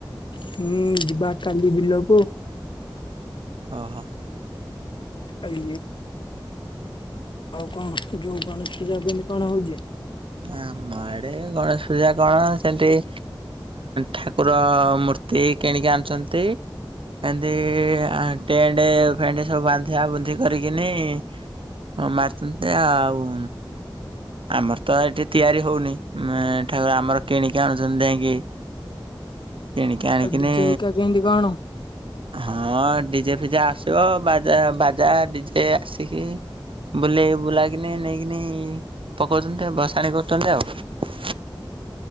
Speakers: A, on the left (about 60°); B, on the right (about 75°).
A: ହୁଁ ଯିବା କାଲି ବିଲକୁ।
B: ଓହୋ।
A: ଆଉ କଣ ଯଉ କଣ ନି କଣ ହଉଛି?
B: ଆମ ଆଡେ ଗଣେଶ ପୂଜା କଣ ସେମତି ଉ ଠାକୁର ମୂର୍ତ୍ତି କି କିଣିକି ଆଣିୁଛନ୍ତି। ଏମତି ସବୁ ବାନ୍ଧିବା ବୁନ୍ଧି କରିକିନି ଆ ମାରଚନ୍ତି ଆଉ। ଆମର ତ ଏଇଠି ତିଆରି ହଉନି ଠାକୁର ଆମର କିଣିକି ଆଣୁଛନ୍ତି ଯାଇକି କିଣିକିନି ଆଣିିକିନି
A: ଆଉ ଡିଜେ ହେରିକା କେମିତି କଣ
B: ହଁ ଡିଜେ ଫିଜେ ଆସିବ ବାଜା ବାଜା ଡିଜେ ଆସିକି ବୁଲେଇ ବୁଲାକିନି ନେଇକିନି ପକଉଛନ୍ତି ଭସାଣି କରୁଛନ୍ତି ଆଉ।
A: <inaudible>